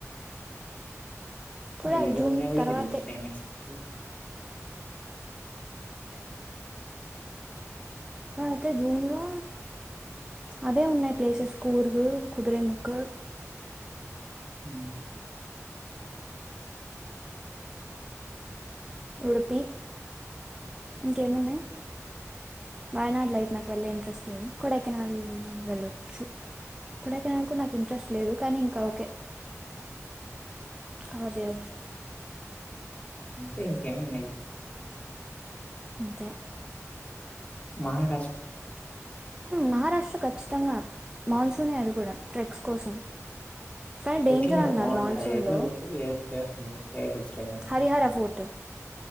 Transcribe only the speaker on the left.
<unintelligible>
అ
అంటే ఇంకేమున్నాయి
మ
ట్రెక్కింగ్
బాగుంటాయి
అదయితేస్తు పేరు కుచ్చోడానాకి